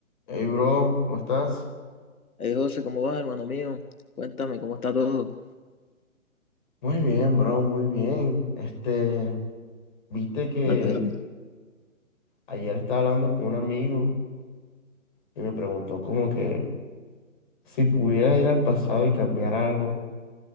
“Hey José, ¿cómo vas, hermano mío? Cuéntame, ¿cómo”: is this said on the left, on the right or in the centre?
Left